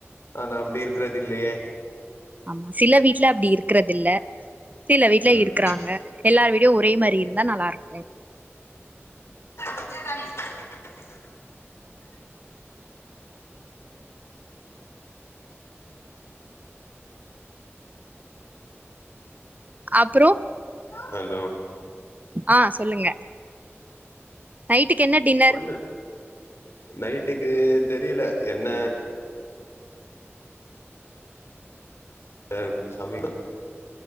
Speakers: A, on the left (about 65°); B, on the right (about 35°).
A: ஆனா அப்படி இருக்காது இல்லையே
B: ஆமா சில வீட்டு்ல அப்படி இருக்கிறது இல்ல சில வீட்ல
A: ம்
B: இருக்கறாங்க எல்லாரு வீடியோ ஒ ஒரே மாரி இருந்தா நல்லா இருக்கு
A: <unintelligible>
B: அப்புரோ
A: ஹலோ
B: ஆ சொல்லுங்க நைட்டுக் கு என்ன டின்னர்
A: ஒண்ணு நைட்டுக்கு தெரியல என்ன அ சமை